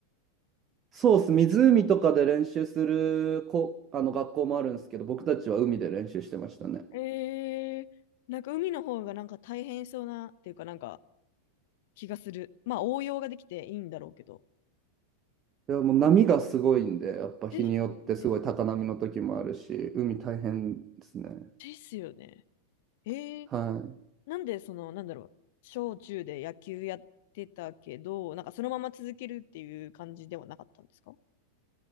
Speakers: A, on the right (about 30°); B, on the left (about 50°).
A: そうっす、湖とかで練習するこ、あの学校もあるんですけど、僕たちは海で練習してましたね。
B: ええなんか海の方がなんか大変そうなっていうかなんか気がする。まあ応用ができていいんだろうけど。
A: いや、もう波がすごいんで、やっぱ日によってすごい高波の時もあるし、
B: ですよね。
A: 海大変ですね。
B: ですよね。えー、
A: はい。
B: なんでその、なんだろう、小中で野球やってたけど、なんかそのまま続けるっていう感じではなかったんですか